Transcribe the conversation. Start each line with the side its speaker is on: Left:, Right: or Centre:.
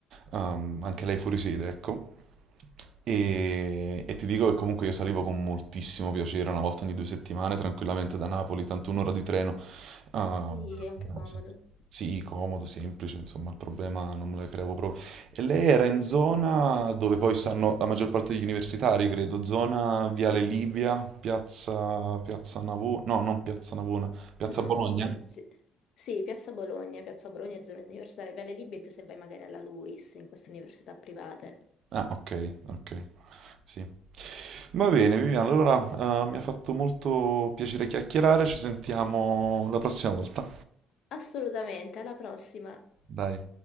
Right: ehm, anche lei fuori sede, ecco. E, e ti dico che comunque io salivo con moltissimo piacere una volta ogni due settimane, tranquillamente da Napoli, tanto un'ora di treno. ehm,
Left: sì, è anche
Right: abbastanza-
Left: comodo.
Right: sì, comodo, semplice, insomma, il problema non me lo creavo proprio. E lei era in zona dove poi stanno la maggior parte degli universitari, credo, zona Viale Libia, piazza, piazza Navona, no, non piazza Navona, piazza
Left: No,
Right: Bologna?
Left: sì. Sì, Piazza Bologna, Piazza Bologna è zona universitaria, Viale Libia è più se vai magari alla LUIS, in queste università private.
Right: Ah, ok, ok, sì. Va bene, Viviana, allora eh, mi ha fatto molto piacere chiacchierare, ci sentiamo la prossima volta.
Left: Assolutamente, alla prossima!
Right: Dai.